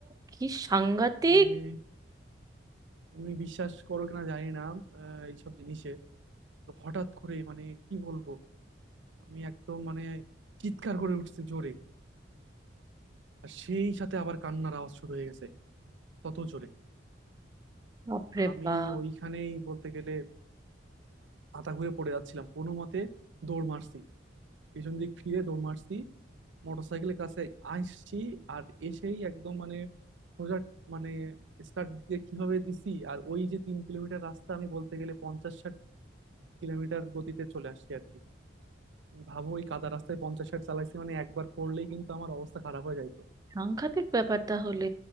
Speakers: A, on the right; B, on the right.
A: কি সাংঘাতিক
B: মানে তুমি বিশ্বাস করো কিনা জানি না আহ, এইসব জিনিসে তো হঠাৎ করে মানে কি বলবো আমি একদম মানে চিৎকার করে উঠছি জোরে আর সেই সাথে আবার কান্নার আওয়াজ শুরু হয়ে গেছে তত জোরে
A: বাপরে
B: আমি
A: বাপ
B: ওইখানেই বলতে গেলে মাথা ঘুরে পড়ে যাচ্ছিলাম কোনো মতে দৌড় মারছি পিছন দিক ফিরে দৌড় মারছি মোটরসাইকেলের কাছে আসছি আর এসেই একদম মানে সোজা মানে স্টার্ট দিয়ে কিভাবে দিছি আর ওই যে তিন কিলোমিটার রাস্তা আমি বলতে গেলে পঞ্চাশ ষাট কিলোমিটার গতিতে চলে আসছি আর কি তুমি ভাবো ওই কাদা রাস্তায় পঞ্চাশ ষাট চালাইছি মানে একবার পড়লেই কিন্তু আমার অবস্থা খারাপ হয়ে যাইতো
A: সাংঘাতিক ব্যাপার তাহলে